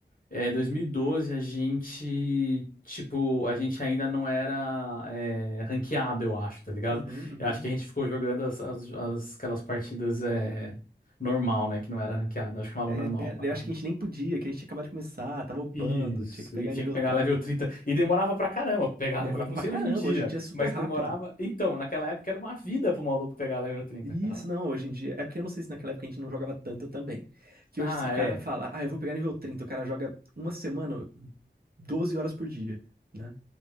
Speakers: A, on the left; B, on the right.
A: É, 2012 a gente, tipo, a gente ainda não era é, ranqueado, eu acho, tá ligado?
B: Uhum, uhum.
A: Eu acho que a gente ficou jogando as, as, as- aquelas partidas é, normal, né, que não era ranqueado, acho que chamava normal
B: É,
A: a parada.
B: eu acho que a gente nem podia, que a gente tinha acabado de começar, tava upando,
A: Isso,
B: tinha que pegar
A: e tinha
B: nível
A: que pegar
B: trinta,
A: level 30 E demorava pra caramba pegar
B: Demorava
A: level. Não
B: pra
A: sei
B: caramba,
A: hoje em dia,
B: hoje em dia é super
A: mas
B: rápido.
A: demorava. Então, naquela época era uma vida pro maluco pegar level 30,
B: Isso,
A: cara.
B: não, hoje em dia. É porque eu não sei se naquela época a gente não jogava tanto também. Que
A: Ah,
B: hoje, se o cara
A: é.
B: fala, ah, eu vou pegar nível 30. o cara joga uma semana, 12 horas por dia, né?